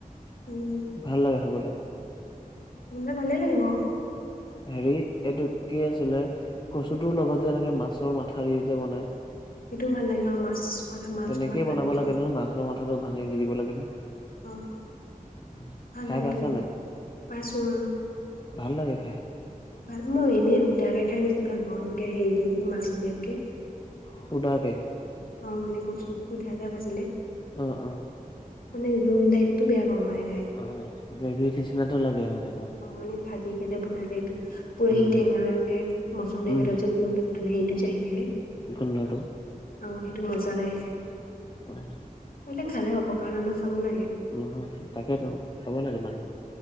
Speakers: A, on the left; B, on the left.
A: উম্।
B: ভাল লাগে খাবলৈ।
A: সুঙিলে ভালেই লাগিব আৰু।
B: হেৰি এইটো কি আছিলে, কচুথোৰ লগত যে এনেকে মাছৰ মাথা ঠাৰি যে বনাই,
A: সেইটো ভাল লাগে আৰু মাছ মাথা মাছৰ
B: তেনেকেই
A: মাথা
B: বনাব
A: দি দি
B: লাগে নহয়। মাছ মাছৰ মাথাটো ভাঙি দি দিব লাগে ন!
A: অ',
B: উম,
A: ভাল
B: খাই
A: লাগে
B: পাইছা
A: দি।
B: নাই?
A: পাইছোঁ অ'।
B: ভাল লাগে খাই।
A: ভাল। মই এনেই সুধাকে খাই বেছি ভাল পাওঁ, এনেকে হেৰি দিয়াতকে মাছ দিয়াতকে।
B: সুদাকে?
A: অ' মানে বস্তুটো সুদাকে ভাজিলে।
B: অ', অ'।
A: মানে জোল দাইত টো বেয়া পাওঁ মানে খাই।
B: অ' গ্ৰেভী নিচিনাটো লাগে মানে? অকমান।
A: অ' মানে ভাজি কে যে বনাই যে একদম পুৰা
B: উম,
A: টেঙা যে মচন্দৰী
B: উম।
A: পাতট যে ক টো সেইটো যে আহি থাকে।
B: গোন্ধটো?
A: অ' সেইটো মজা লাগে খায়।
B: অ'।
A: এইলাক খালে অপকাৰ নহয় নহয় খাব লাগে।
B: নহয়, তাকেইতো খাব লাগে মানুহে।